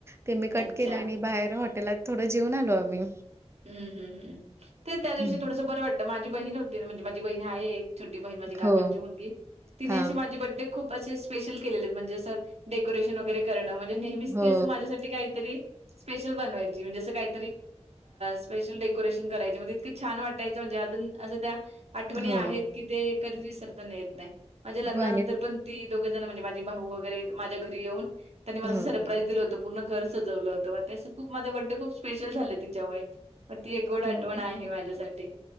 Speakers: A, on the right (about 25°); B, on the right (about 70°).
A: ते मी कट
B: अच्छा.
A: केलं आणि बाहेर हॉटेलात थोडं जेऊन आलो आम्ही
B: हम् हम् हमम तेच त्या दिवशी
A: हम्म
B: थोडंसं बरं वाटतं माझी बहीण होती म्हणजे माझी बहीण आहे एक छोटी बहीण माझी काकांची
A: हो
B: मुलगी तिने
A: हा
B: असे माझे बड्डे खूप असे स्पेशल केले आहेत म्हणजे असं. डेकोरेशन वगैरे करणं म्हणजे नेहमीच
A: हो
B: ती असं माझ्यासाठी काहीतरी स्पेशल बनवायची म्हणजे असं काही. स्पेशल डेकोरेशन करायची म्हणजे इतके छान वाटायचं म्हणजे अजून असं त्या आठवणी
A: हो
B: आहेत की ते कधीच विसरता येत नाही माझ्या लग्नानंतर
A: हो आणि
B: पण, ती दोघं जण म्हणजे माझी भाऊ वगैरे माझ्या घरी येऊन त्यांनी मला
A: हो
B: अस सरप्राईज दिलं होतं. पूर्ण घर सजवलं होतं त्या खूप माझा बडे खूप स्पेशल झालेत तिच्यामुळे मग ती एक गोड आठवण
A: हो
B: आहे माझ्यासाठी.